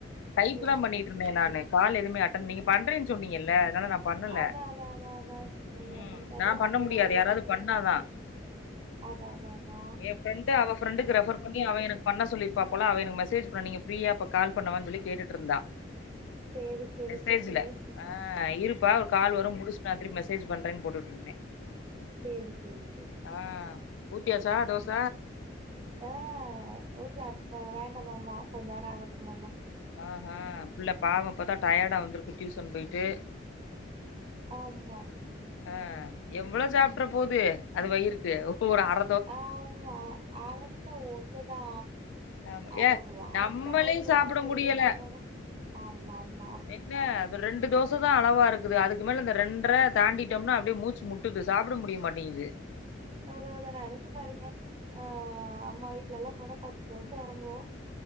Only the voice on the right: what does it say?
சேரி
சேரி
சேரி
அதா அதா அதா அதா சிஸ்டர்
என்னன்னு தெர்ல
ஏதோ
இஷ்யூ
அதா தா தா தா
சேரி சேரி
சேரி சேரி சிஸ்
செரி செரி
ஆ வீடல இப்ப வேண்டாமாமா கொஞ்ச நேரம் ஆகட்டும்மாமா
ஆமா
ஆமா அவள்த ஒன்னுதா
அவ்
ஆட்டம் போடும் போது
தா அந்த
லீவுல தா ஆமா ஆமா
அத அத நெனச்சு பாருங்க ஆ அம்மா வீட்டுல எல்லா போனா பத்து தோச எறங்கு